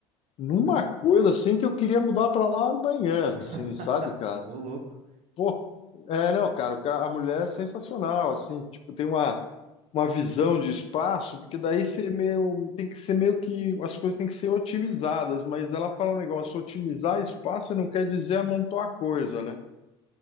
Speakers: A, on the left; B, on the right.
A: Numa coisa assim que eu queria mudar pra lá amanhã,
B: <laughs>
A: assim, sabe, cara?
B: Ô louco.
A: Pô, é, não, cara, o ca- a mulher é sensacional, assim, tipo, tem uma, uma visão de espaço, porque daí você meio, tem que ser meio que, as coisas têm que ser otimizadas, mas ela fala um negócio, otimizar espaço não quer dizer amontoar coisa, né?